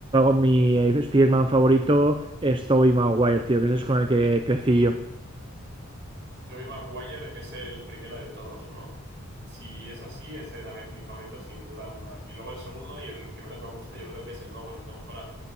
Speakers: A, on the right; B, on the right.
A: mi Spider-Man favorito es Tobey Maguire, tío, que ese es con el que crecí yo.
B: Tobey Maguire es el primero de todos, ¿no? Si es así, ese también es mi favorito sin duda alguna. Y luego el segundo y el que menos me gusta yo creo que es el nuevo, el Tom Holland.